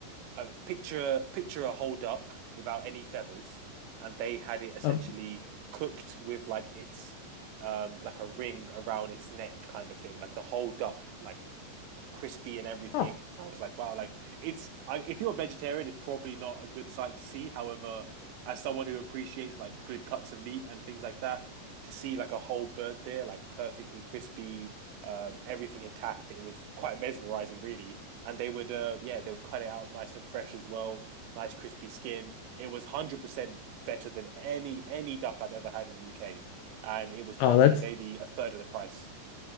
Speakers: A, on the right; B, on the left.
A: a picture picture a whole duck without any feathers, and they had it essentially
B: Um,
A: cooked with like its um like a ring around its neck kind of thing, like the whole duck, like crispy and everything.
B: oh,
A: And I was like, wow, like it's I, if you're a vegetarian, it's probably not a good sight to see. However, as someone who appreciates like good cuts of meat and things like that, to see like a whole bird there, like perfectly crispy, um, everything intact, it was quite mesmerizing, really. And they would, uh, yeah, they would cut it out nice and fresh as well, nice crispy skin. It was one hundred percent better than any any duck I've ever had in the UK, and it was probably
B: oh, that's
A: maybe a third of the price.